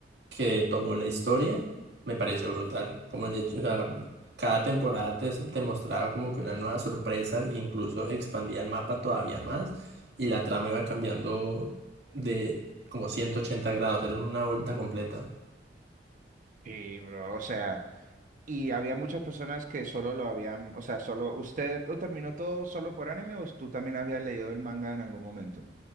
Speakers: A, on the right (about 75°); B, on the right (about 50°).
A: que tomó la historia me pareció brutal. Como el hecho, o sea, cada temporada te, te mostraba como que una nueva sorpresa e incluso expandía el mapa todavía más y la trama iba cambiando de como 180 grados, era una vuelta completa.
B: Sí, bro, o sea, y había muchas personas que solo lo habían, o sea, solo, ¿usted lo terminó todo solo por anime o tú también habías leído el manga en algún momento?